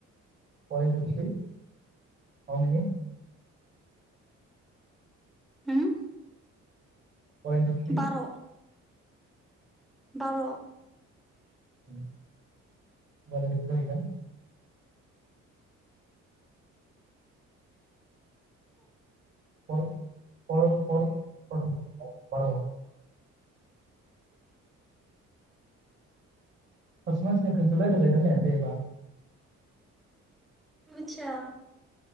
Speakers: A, on the right; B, in the centre.
A: फर इन्टु थ्रि हावमिनि
B: होम
A: पर इन्टु थ्रि
B: बार' बार'
A: होनबा बेसे जाहैगोन पर पर पर बार' खासे मानसिनो खनसे' रायलाजायोदां देबा
B: मिथिया